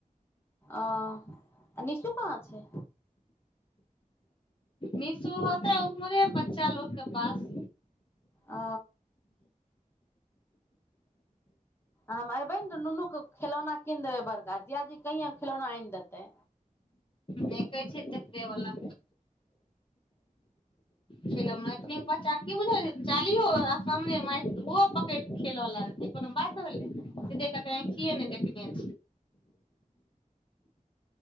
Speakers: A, on the left; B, on the left.
A: ओ निशु कहाँ छै
B: निशो होतै उमरे बच्चा लोकके पास
A: ओ हम अयबै ने तऽ नुनूके खिलौना कीन देबै बड़का जियाजी कहिआँ खिलौना आनि देतै
B: नहि कहै छैेवला खेल बच्चा की बुझ चालियो आ सामने ओहो पकड़ि खेलऽ लगतै कोनो बात ज
A: हूँ
B: त कि नहि देखने